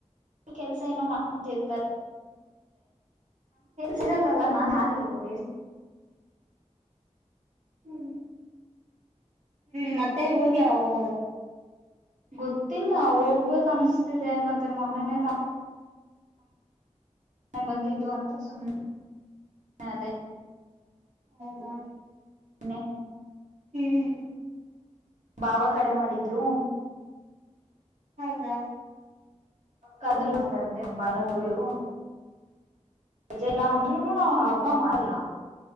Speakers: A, on the right; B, on the right.
A: ಕೆಲ್ಸ ಏನೋ ಮಾಡ್ಕೊರ್ತ ಸಿರಲ್ಲಲ್ಲಾ
B: ಹೌದ್
A: ನಾನ್
B: ಬಿಡು
A: ಹಾಲಿ ಇ ವ
B: ಹ್ಮ್ ಹ್ಮ್ ಮತ್ತೆ ಊರ್ಗೆ ಯಾವಾಗ ಹೋಗೋುದು
A: ಗೊತ್ತಿಲ್ಲ ಹೋಗ್ಬೇಕಕ್ ಅನ್ಸ್ತಿದೆ ಮತ್ತೆ ಮೊನ್ನೆನೆೇ ಹ ಬಂದಿದ್ದು ಅಂತ ಸುಮ್ನೆ ಅದೇ
B: ಹೌದಾ
A: ಮೆ.
B: ಹ್ಮ್.
A: ಭಾವ ಕರೆ ಮಾಡಿದ್ರು.
B: ಹೌರಾ.
A: ಕದರುಡ್ತಾರಂತೆ ಹಬ್ಬ ಇನ್ನದವರುಜೆಲ್ಲಾ ಅಂದ್ರುನು ನಾವ್ ಹಬ್ಬ ಮಾಡಲ್ಲ.